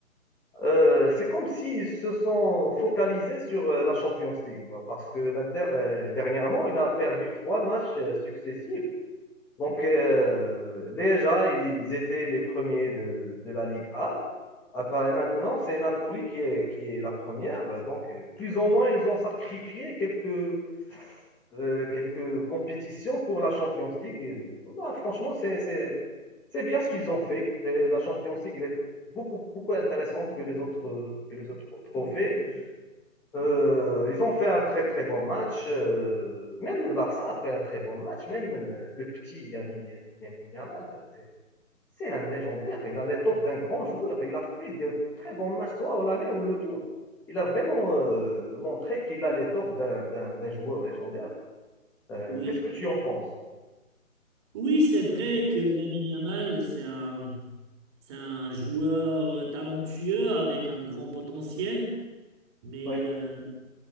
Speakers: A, in the centre; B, on the right.
A: Euh, c'est comme s'ils se sont focalisés sur euh, la Champions League, bah, parce que l'Inter, euh, dernièrement, il a perdu trois matchs euh, successifs. Donc, euh, déjà, ils étaient les premiers de, de la Ligue A. Après, et maintenant, c'est Napoli qui est, qui est la première. Donc, euh, plus ou moins, ils ont sacrifié quelques, euh, quelques compétitions pour la Champions League. Et, bah, franchement, c'est, c'est, c'est bien ce qu'ils ont fait. Et la Champions League, elle est beaucoup, beaucoup intéressante que les autres, que les autres trophées. Euh, ils ont fait un très, très bon match. Euh, même le Barça a fait un très bon match. Même, même euh, le petit Yamin, Yamin Yamal, c'est, c'est un légendaire. Il a l'étoffe d'un grand joueur. Il a fait de très bons matchs, soit au l'aller ou le tour. Il a vraiment euh, montré qu'il a l'étoffe d'un, d'un, d'un joueur légendaire. Euh,
B: Oui.
A: qu'est-ce que tu en penses?
B: Oui, c'est vrai que Lamine Yamal, c'est un, c'est un joueur euh, talentueux avec un grand potentiel, mais
A: Oui,
B: euh,